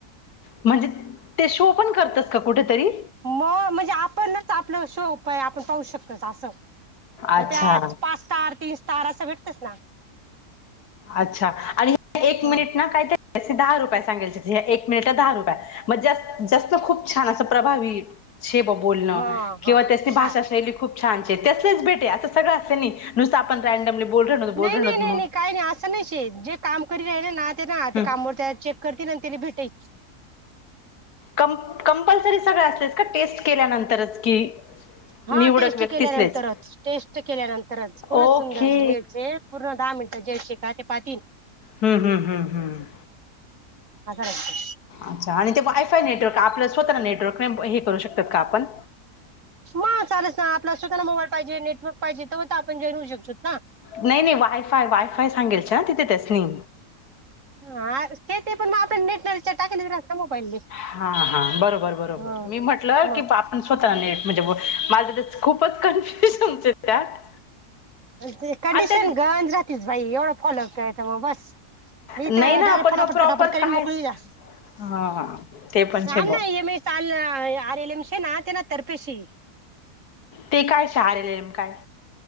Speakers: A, on the left; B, on the right.
A: म्हणजे ते शो पण करतस का कुठेतरी.
B: मग म्हणजे आपणच आपलं शो उपाय आपण पाहू शकतो असं. मग
A: अच्छा
B: ते आज पाच स्टार तीन स्टार असं भेटतस ना.
A: अच्छा आणि एक
B: ह
A: मिनिट ना कायत दहा रुपये सांगायचे एक मिनिट दहा रुपय मग जास्त खूप छान अस. प्रभावी शे बोलण
B: हा
A: किंवा
B: हा
A: त्याची
B: छान
A: भाषा शैली खूप छान त्यासलेच भेटे अस. सगळंं नुसतं आपण रँडमली बोलत बोलत
B: नाही नाही नाही
A: मग.
B: नाही काही नाही नाही जे काम कर राहिले ना ते ना
A: हम्म
B: ते काम चेक करतील आणि त्या भेट. ते.
A: कंपल्सरी सगळं असलेच का टेस्ट केल्यानंतरच की.
B: हा
A: निवडक
B: टेस्ट
A: व्यक्तीसलेच
B: केल्यानंतरच टेस्ट केल्यानंतरच कोण
A: ओके
B: सुंदर वेळचे पूर्ण. दहा मिनटं जे पाटील.
A: हम्म हम्म हम्म हम्म.
B: असं राहतं
A: अच्छा आणि ते वायफाय नेटवर्क आपल्या स्वतः नेट. क हे करू शकतात का आपण.
B: म चालस ना आपला स्वतःला मोबाईल पाहिजे नेटवर्क पाहिजे तेव्हा तर आपण जे होऊ शकतोत ना.
A: नाही नाही वायफाय वायफाय सांगेलच ना तिथे त्यासी.
B: हा ते ते पण मग आपण नेटच रिचार्ज टाकत मोबाईल.
A: हा हा बरोबर बरोबर
B: ह
A: मी म्हटलं
B: मग
A: की आपण स्वतः नेट म्हणजे माझं ते. खूपच कन्फ्युज समचे त्यात.
B: ते कंडिशन
A: आणि त्यात
B: राहतीस भाई एवढं फॉलो कर त मग बस मी
A: नाही
B: तर
A: ना
B: डारेक्ट
A: आपण
B: फटाफट
A: मग प्रॉपर
B: फटाफट करून
A: काय
B: मोकली जा्या
A: हा ते पण छे
B: राम
A: ब
B: नाम तर्फेशी
A: ते काय सहा रेलेम काय.